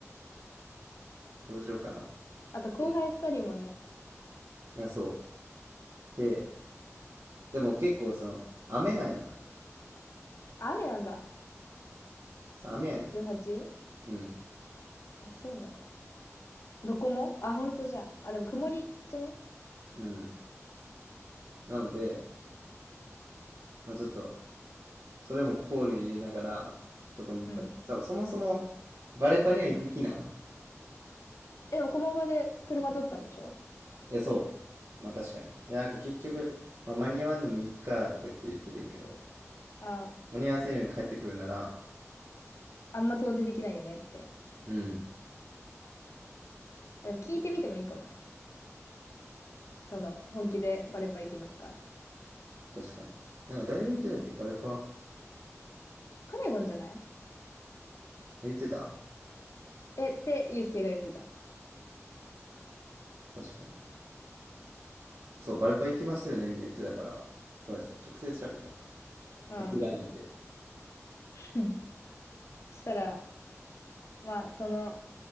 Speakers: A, on the right (about 65°); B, on the left (about 60°).
A: どうしようかな。
B: あと後輩二人もね、
A: でいや、そう。で、でも結構その、雨なんよな。
B: 雨なんだ。
A: そう雨やねん。
B: 18?
A: うん。
B: あ、そうなの。どこもあ、ほんとじゃあ。あ、でも曇りじゃね
A: うん。なので、まあちょっと、それも考慮に入れながら、どこに行くか。
B: うん。
A: さそもそも、バレパには行く気なん
B: え、でも駒場で車取ったんでしょ
A: いや、そう。まあ確かに。いや、なんか結局、まあ、間に合わんでもいいかとか言って言ってたんやけど、
B: ああ、
A: 間に合わせるように帰ってくるなら、
B: あんま遠出できないよねって。
A: うん、
B: あでも聞いてみてもいいかもね。その、本気でバレパ行きますかって。
A: 確かに。なんか誰が言ってたっけバルパ、
B: カネゴンじゃない
A: 言ってた
B: え、ってユうスケが言ってた。
A: 確かに。そう、バルパ行きますよねみたいに言ってたから、そうですよ。直接喋ったんか。
B: うん。
A: オフラインで。
B: うんそしたら、まあ、その、